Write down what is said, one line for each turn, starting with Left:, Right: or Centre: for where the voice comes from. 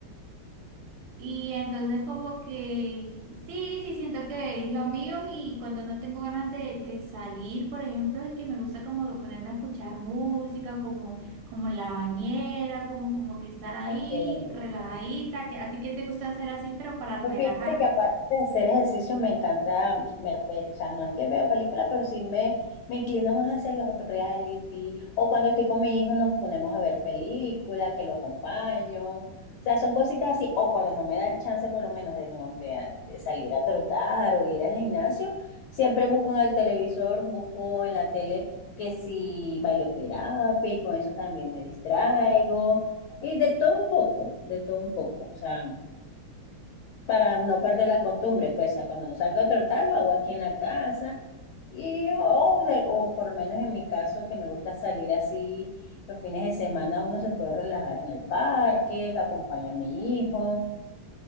Right: Y entonces como que sí, sí, siento que es lo mío y cuando no tengo ganas de, de salir, por ejemplo, es que me gusta como ponerme a escuchar música, como, como en la bañera, como, como que estar ahí
Left: Ah, qué bueno.
Right: relajadita. que- ¿A ti qué te gusta hacer así, pero para
Left: Pues
Right: relajarte?
Left: fíjate que aparte de hacer ejercicio me encanta ver, pe- o sea, no es que veo películas, pero sí me, me inclino más hacia los reality, o cuando estoy con mi hijo nos ponemos a ver películas, que lo acompaño, o sea, son cositas así, o cuando no me da chance por lo menos de, no, de, de salir a trotar o ir al gimnasio, siempre busco en el televisor, busco en la tele que si bailoterapia, y con eso también me distraigo. Y de todo un poco, de todo un poco. O sea, para no perder la costumbre, pues a cuando salgo a trotar lo hago aquí en la casa y o, de- o por lo menos en mi caso que me gusta salir así los fines de semana uno se puede relajar en el parque, acompaño a mi hijo.